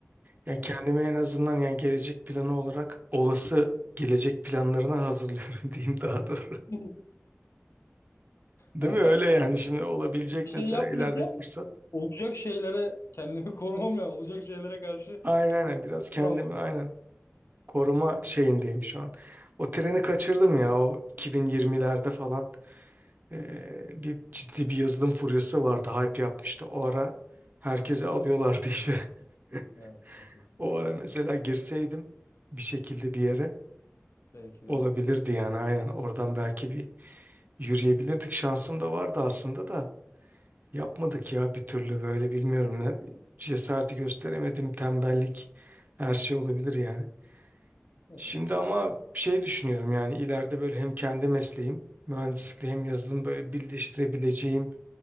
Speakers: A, on the right; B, on the left.
A: Yani
B: Evet.
A: kendime en azından yani gelecek planı olarak olası gelecek planlarına hazırlıyorum <laughs> diyeyim daha doğru.
B: <laughs>
A: Değil
B: Hani
A: mi? Öyle yani şimdi olabilecek
B: bir şey
A: mesela
B: yapmayacağım.
A: ileride bir fırsat.
B: Olacak şeylere kendimi korumam lazım. Olacak şeylere karşı
A: Aynen aynen biraz kendimi
B: önlem almam
A: aynen
B: lazım.
A: koruma şeyindeyim şu an. O treni kaçırdım ya o 2020'lerde falan eee, bir ciddi bir yazılım furyası vardı hype yapmıştı. O ara herkesi alıyorlardı işe. <laughs>
B: Evet gerçekten.
A: O ara mesela girseydim bir şekilde bir yere
B: Belki de.
A: olabilirdi yani aynen oradan belki bir yürüyebilirdik. Şansım da vardı aslında da yapmadık ya bir türlü böyle bilmiyorum ne cesareti gösteremedim tembellik her şey olabilir yani.
B: Kısmet
A: Şimdi
B: aslında.
A: ama şey düşünüyorum yani ileride böyle hem kendi mesleğim mühendislikle hem yazılım böyle birleştirebileceğim